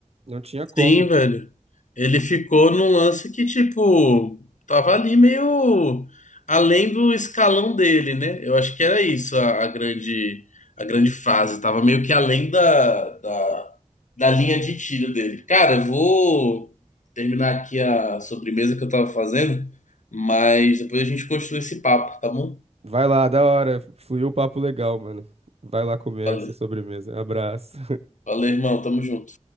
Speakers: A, on the right; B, on the left.
A: Não tinha como.
B: Sim, velho. Ele ficou num lance que, tipo, tava ali meio além do escalão dele, né? Eu acho que era isso a, a grande a grande frase. Tava meio que além da, da, da linha de tiro dele. Cara, eu vou terminar aqui a sobremesa que eu tava fazendo, mas depois a gente continua esse papo, tá bom?
A: Vai lá, da hora. Fluiu o papo legal, mano. Vai lá comer
B: Valeu.
A: essa sobremesa. Abraço.
B: Valeu, irmão. Tamo junto.